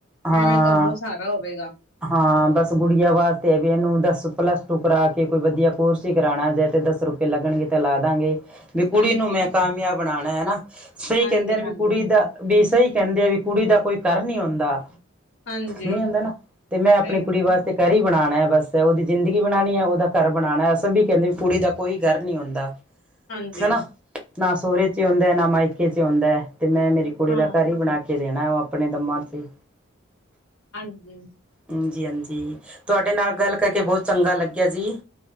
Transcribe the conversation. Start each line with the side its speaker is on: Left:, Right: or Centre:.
Centre: ਹਾਂ
Left: ਇਵੇਂ ਤੁਹਾਨੂੰ ਸਹਾਰਾ ਹੋਵੇਗਾ
Centre: ਹਾਂ, ਬਸ ਗੁੜੀਆਂ ਵਾਸਤੇ ਵੀ ਏਨੂੰ ਦਸ ਪਲੱਸ ਟੂ ਕਰਾ ਕੇ ਕੋਈ ਵਦੀਆ ਕੋਰਸ ਈ ਕਰਾਨਾ ਜੇ ਤੇ ਦਸ ਰੁਪ ਲਗਨਗੇ ਤਾਂ ਲਾਦਾਂਗੇ। ਵੀ ਕੁੜੀ
Left: ਹਾਂਜੀ
Centre: ਨੂੰ ਮੈਂ ਕਾਮਯਾਬ ਬਨਾਨੈ ਹਨਾ, ਸਈ
Left: ਹਾਂਜੀ
Centre: ਕੈਂਦੇ ਐ ਨਾ
Left: ਹਾਂਜੀ
Centre: ਕੁੜੀ ਦਾ ਵੀ ਸਈ ਕੈਂਦੇ ਆ ਵੀ ਕੁੜੀ ਦਾ ਕੋਈ ਕਰ ਨੀ ਹੁੰਦਾ।
Left: ਹਾਂਜੀ
Centre: ਨਈ ਹੁੰਦਾ ਨਾ, ਤੇ ਮੈਂ ਆਪਨੀ
Left: ਨਹੀਂ
Centre: ਕੁੜੀ
Left: ਹੁੰਦਾ
Centre: ਵਾਸਤੇ ਕਰ ਈ ਬਨਾਨੈ ਬਸ ਓਦੀ ਜ਼ਿੰਦਗੀ ਬਨਾਨੀ ਐ ਓਦਾ ਘਰ ਬਨਾਨਾ ਸਬੀ ਕੈਂਦੇ ਕੁੜੀ ਦਾ ਕੋਈ ਘਰ ਨਈ ਹੋਂਦਾ। <inaudible>
Left: ਹਾਂਜੀ
Centre: ਹਨਾ, ਨਾ ਸੋਰੇ ਚੇ ਹੋਂਦੈ ਨਾ ਮਾਇਕੇ ਚੇ ਹੋਂਦੈ ਤੇ ਮੈਂ ਮੇਰੀ ਕੁੜੀ
Left: ਹਾਂ
Centre: ਦਾ ਘਰ ਈ ਬਨਾ ਕੇ ਦੇਨੈ ਓ ਆਪਨੇ ਦਮਾਂ ਚੇ
Left: ਹਾਂਜੀ।
Centre: ਹਾਂਜੀ-ਹਾਂਜੀ, ਤੁਆਡੇ ਨਾਲ ਗੱਲ ਕਰਕੇ ਬੋਤ ਚੰਗਾ ਲੱਗੇਆ ਜੀ।